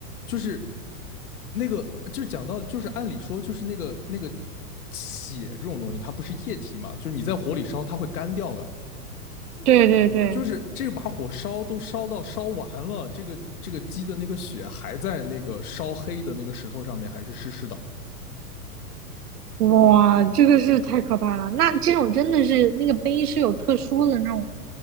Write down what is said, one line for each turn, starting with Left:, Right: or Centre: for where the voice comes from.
Left: 就是那个就是讲到就是按理说就是那个那个血这种东西，它不是液体嘛，就是你在火里烧它会干掉的。
Right: 对对对，
Left: 就是这个把火烧都烧到烧完了，这个这个鸡的那个血还在那个烧黑的那个石头上面，还是湿湿的，
Right: 哇，这个是太可怕了。那这种真的是那个碑是有特殊的那种